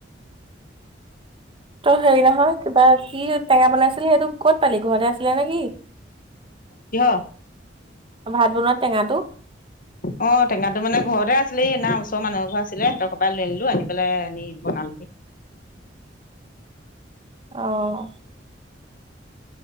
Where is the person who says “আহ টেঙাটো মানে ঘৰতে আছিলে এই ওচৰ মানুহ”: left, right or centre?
Left